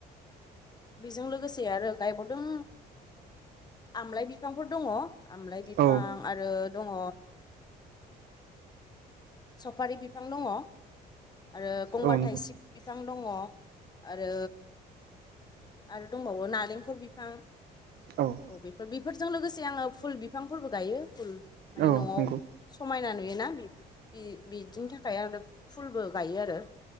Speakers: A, on the left; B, on the right.
A: बेजों लोगोसे आरो गायबावदों। आमलाय बिफांफोर दङ आमलाइ बिफां
B: औ
A: आरो दङ। सफारि बिफां दङ। आरो गंगार
B: औ नंगौ
A: थाइसिब बिफां दङ। आरो आरो दंबावो नालेंखल बिफां
B: औ
A: औ बेफोर बेफोरजों लोगोसे आङो फुल बिफांफोरबो गायो फुल माने
B: औ
A: न'आव
B: नंगौ
A: समायनानै गोना बिदिनि थाखाय आरो फुलबो गायो आरो।